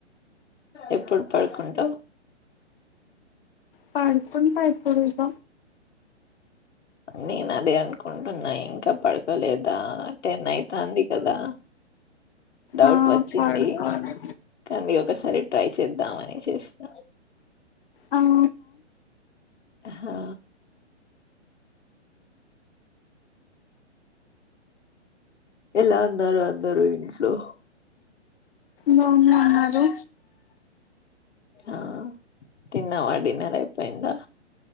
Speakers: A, on the left; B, on the left.
A: ఎప్పుడు పడుకుంటా
B: పైకుం పైకుడు ఇద
A: నేను అదే అనుకుంటున్నా ఇంకా పడుకోలేదా అంటే నైతాంది కదా డౌట్
B: ఆ
A: వచ్చింది
B: పడుకోవాలి
A: కానీ ఒకసారి సరే ట్రై చేద్దామని చేసిన
B: అహ
A: హా ఎలా అన్నారు అన్నారురు ఇంట్లో
B: లోన్నా అన్నారు
A: ఆ తిన్నావాడిన్నర అయిపోయిందా